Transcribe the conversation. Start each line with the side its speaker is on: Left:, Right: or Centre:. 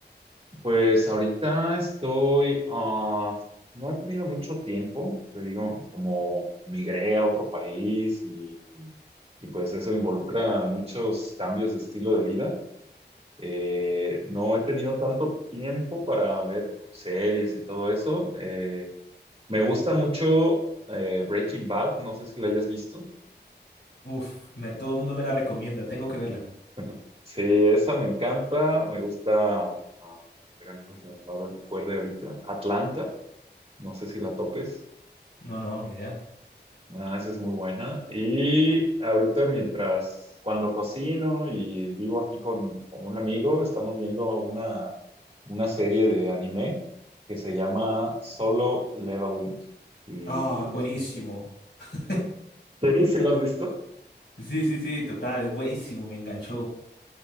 Right: Pues ahorita estoy, ah, no he tenido mucho tiempo, te digo, como migré a otro país y, y- y, pues eso involucra muchos cambios de estilo de vida. Eh, no he tenido tanto tiempo para ver series y todo eso. Eh, me gusta mucho eh, Breaking Bad, no sé si la hayas visto.
Left: Uf, me, todo el mundo me la recomienda. Tengo que verla.
Right: <laughs> Sí, esa me encanta, me gusta, ah, espera, no me acuerdo ahorita, Atlanta, no sé si la topes.
Left: No, no, ni idea.
Right: Ah, esa es muy buena. Y ahorita mientras, cuando cocino y vivo aquí con, con un amigo, estamos viendo una, una serie de anime que se llama Solo Leveling. Y
Left: Ah, buenísimo.
Right: es lo que está.
Left: <laughs>
Right: Sí, ¿sí lo has visto?
Left: Sí, sí, sí, total, es buenísimo, me enganchó.